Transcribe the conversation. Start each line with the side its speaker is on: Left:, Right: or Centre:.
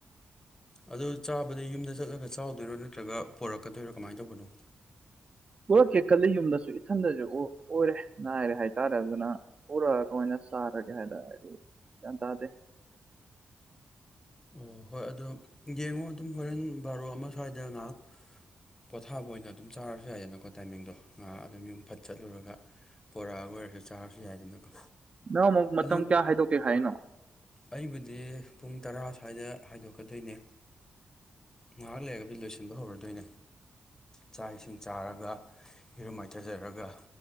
Left: ꯑꯗꯨ ꯆꯥꯕꯗꯤ ꯌꯨꯝꯗ ꯆꯠꯂꯒ ꯆꯥꯎꯗꯣꯏꯔꯣ ꯅꯠꯇ꯭ꯔꯒ ꯄꯣꯔꯛꯀꯗꯣꯏꯔꯣ ꯀꯃꯥꯏ ꯇꯧꯕꯅꯣ
Right: ꯄꯨꯔꯛꯀꯦ ꯈꯜꯂꯤ ꯌꯨꯝꯗꯁꯨ ꯏꯊꯟꯗꯁꯨ ꯑꯣ ꯑꯣꯏꯔꯦ ꯉꯥꯏꯔꯦ ꯍꯥꯏꯇꯥꯔꯦ ꯑꯗꯨꯅ ꯄꯨꯔꯒ ꯑꯣꯏꯅ ꯆꯥꯔꯒꯦ ꯍꯥꯏꯅ ꯒ꯭ꯌꯥꯟ ꯇꯥꯗꯦ
Left: ꯑꯣ ꯍꯣꯏ ꯑꯗꯣ ꯌꯦꯡꯉꯣ ꯑꯗꯨꯝ ꯍꯣꯔꯦꯟ ꯕꯥꯔꯣ ꯑꯃ ꯁ꯭ꯋꯥꯏꯗ ꯉꯥꯍꯥꯛ ꯄꯣꯊꯥꯕ ꯑꯣꯏꯅ ꯑꯗꯨꯝ ꯆꯥꯔꯁꯨ ꯌꯥꯏꯗꯅꯀꯣ ꯇꯥꯏꯃꯤꯡꯗꯣ ꯉꯍꯥꯛ ꯑꯗꯨꯝ ꯌꯨꯝ ꯐꯠ ꯆꯠꯂꯨꯔꯒ ꯄꯣꯔꯛꯑꯒ ꯑꯣꯏꯔꯁꯨ ꯆꯥꯔꯁꯨ ꯌꯥꯏꯗꯅꯀꯣ
Right: ꯅꯪ ꯑꯃꯨꯛ ꯃꯇꯝ
Left: ꯑꯗꯣ
Right: ꯀ꯭ꯌꯥ ꯍꯥꯏꯗꯣꯛꯀꯦ ꯍꯥꯏꯅꯣ
Left: ꯑꯩꯕꯨꯗꯤ ꯄꯨꯡ ꯇꯔꯥ ꯁ꯭ꯋꯥꯏꯗ ꯍꯥꯏꯗꯣꯛꯀꯗꯣꯏꯅꯦ ꯉꯍꯥꯛ ꯂꯩꯔꯒꯕꯨꯗꯤ ꯂꯣꯏꯁꯤꯟꯕ ꯍꯧꯔꯗꯣꯏꯅꯦ ꯆꯥꯛ ꯏꯁꯤꯡ ꯆꯥꯔꯒ ꯏꯔꯨ ꯃꯥꯏꯊꯖꯔꯒ